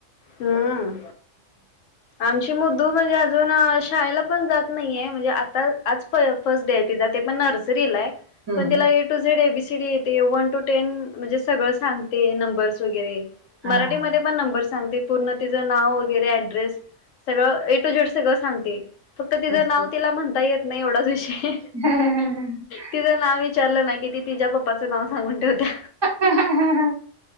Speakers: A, on the left; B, on the right.
A: हम्म. आमची मधु म्हणजे अजून शाळेला पण जात नाहीये म्हणजे आता आज फर्स्ट डे आहे तिचा ते पण नर्सरीला आहे.
B: हम्म.
A: पण तिला ए टू झेड एबीसीडी येते वन टू टेन म्हणजे सगळं सांगते न बर्स वगैरे,
B: हां.
A: मराठीमध्ये पण नंबर सांगते. पूर्ण तिचं नाव वगैरे ऍड्रेस सगळं ए टू झेड सगळं सांगते फक्त तिचं
B: तसं.
A: नाव तिला म्हणता येत नाही एवढाच विषये.
B: <inaudible>
A: तिचं नाव विचारलं ना कि ती तिच्या पप्पाचं नाव सांगून ठेवत्या.
B: <inaudible>